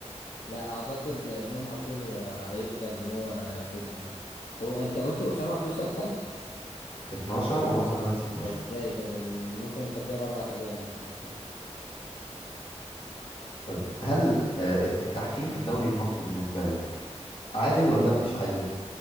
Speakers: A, on the left; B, on the left.
A: لا أعتقد آه، إمام عاشور آه، هيقدر إن هو ياخدها يعني هو أنت قلت أسامة فيصل كام؟
B: 12 وناصر منسي 12
A: ده إزاي ده, ده الموسم اللي فات جايب أربع أجوان باين حاجة كده
B: طب هل آه، التحكيم في الدوري المصري بالنسبة لك عادل ولا مش عادل؟